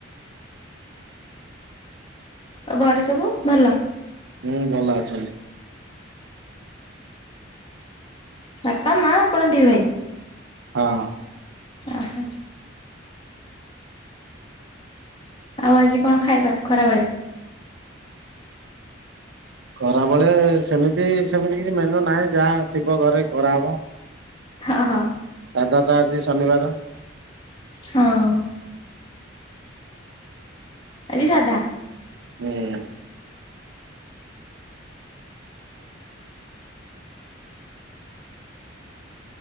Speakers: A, on the left (about 25°); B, on the right (about 65°).
A: ଆ ଘରେ ସବୁ ଭଲ?
B: ହୁଁ ଭଲ ଅଛନ୍ତି।
A: ବାପା ମା ଆପଣ ଦି ଭାଇ?
B: ହଁ
A: ଓ ହୋ ଆଉ ଆଜି କଣ ଖାଇବା ଖରାବେଳେ?
B: ଖରାବେଳେ ସେମିତି ସେମିତି କିଛି ମେନୁ ନାହିଁ ଯାହା ଥିବ ଘରେ କରାହବ।
A: ହଁ ହଁ
B: ସାଧାଟା ଆଜି ଶନିବାର।
A: ହଁ ଆଜି ସାଧା
B: ହୁଁ